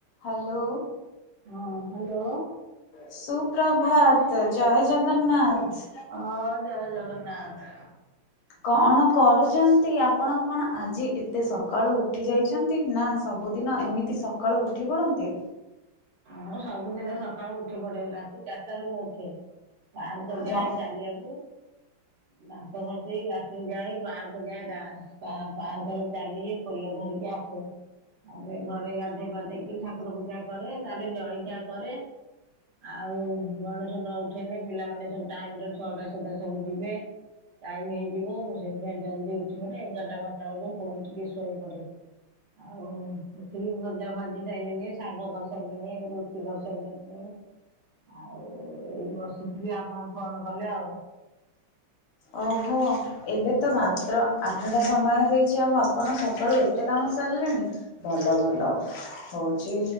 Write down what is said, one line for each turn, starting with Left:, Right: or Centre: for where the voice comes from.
Left: Hello.
Right: ହଁ hello
Left: ସୁପ୍ରଭାତ ଜୟ ଜଗନ୍ନାଥ।
Right: ଆଜ୍ଞା। ହଁ ଜୟ ଜଗନ୍ନାଥ।
Left: କଣ କରୁଚନ୍ତି? ଆପଣ କଣ ଆଜି ଏତେ ସକାଳୁ ଉଠି ଯାଇଚନ୍ ନ୍ତି, ନା ସବୁଦିନ, ଏମିତି ସକାଳୁ ଉଠି ପଡନ୍ତି?
Right: ମୁଁ, ସବୁଦିନେ ସକାଳୁ ଉଠି ପଡେ। ରାତି ଚାରଟାରୁ ମୁଁ ଉଠେ। ପାର୍କ ଯାଏ
Left: ଜ
Right: ଚାଲିଆକୁ। ଦାନ୍ତ ଘଷି, ଲାଟିନ୍ ଯାଇ, ପାର୍କ ଯାଏଁ ଦା। ଯାଏ ପାର୍କରେ ଚାଲିକି ଫୁଲ ଧରିକି ଆସେ। ତା'ପରେ ଘରେ ଗାଧେଇ ପାଧେଇକି ଠାକୁର ପୂଜା କରେ, ତା'ରେ ଜଳିଖିଆ କରେ। ଆଉ ମଣିଷ ନ ଉଠେଇଲେ ପିଲାମାନେ ସବୁ ଟାଇମରେ ଛଅଟା ସୁଧା ସବୁ ଯିବେ। ଟାଇମ୍ ହେଇଯିବ। ମୁଁ ସେଇଥିପାଇଁ ଜଲ୍ଦି ଉଠି ପଡ଼େ। ଏଗାରଟା ବାରଟା ବେଳକୁ ଫୁଣି ଟିକେ ଶୋଇ ପଡ଼େ। ଆଉ ଉଠିକି ଭଜା ଭାଜି ସାଇଲିନି ଶାଗ କରସାଇଲିନି ରୁଟି କରସାଇଲିନି। ଆଉ ଏଇ ବସିଥିଲି ଆପଣ ଫୋନ କଲେ ଆଉ।
Left: ଓହୋ। ଏବେ ତ ମାତ୍ର ଆଠଟା ସମୟ ହେଇଚି ଆଉ ଆପଣ ସକାଳୁ ଏତେ କାମ ସାରଲେଣି। ଭଲ ଭଲ ହୋଉଚି